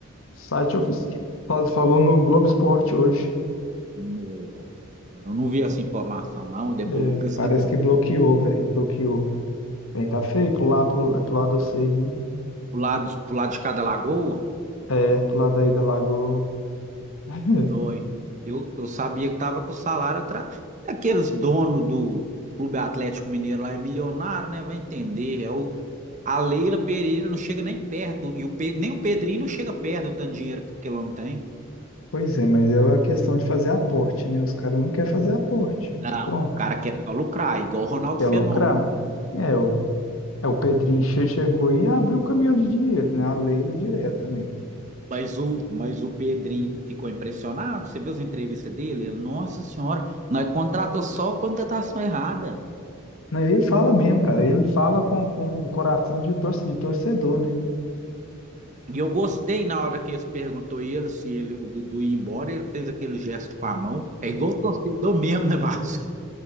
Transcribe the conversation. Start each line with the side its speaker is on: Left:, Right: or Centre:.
Left: Site <laughs> oficial. Falou falou no Globo Esporte hoje.
Right: Nossa, eu não vi essa informação não. Depois
Left: É,
Right: eu vou pesquisar.
Left: parece que bloqueou, velho. Bloqueou. Bem, tá feio pro lá pro, é pro lado de vocês, hein?
Right: Pro lado, de- pro lado de cada lagoa?
Left: É, pro lado aí da Lagoa. <laughs>
Right: Noito. Eu, eu sabia que tava com o salário atrás. Aqueles donos do Clube Atlético Mineiro lá é milionário, né? Vai entender. É o, A Leila Pereira não chega nem perto, e o Pe- nem o Pedrinho não chega perto do tanto de dinheiro que aquele homem tem.
Left: Pois é, mas é a questão de fazer aporte, né? Os caras não querem fazer aporte.
Right: Não,
Left: Pronto,
Right: o cara quer só lucrar, igual o Ronaldo
Left: quer
Right: Fenômeno.
Left: lucrar. É, o, é, o Pedrinho che- chegou e abriu o caminhão de dinheiro, né? A Leila direto também.
Right: Mas o, mas o Pedrinho ficou impressionado, você viu as entrevistas dele? Ele, nossa senhora, nós contratou só contratação errada.
Left: Não, Ele fala mesmo, cara. Ele fala com, com o coração de, torce, de torcedor, né?
Right: E eu gostei na hora que eles perguntou ele se ele, o Dudu ia embora, ele fez aquele gesto com a mão. É igual o torcedor mesmo, né, Márcio?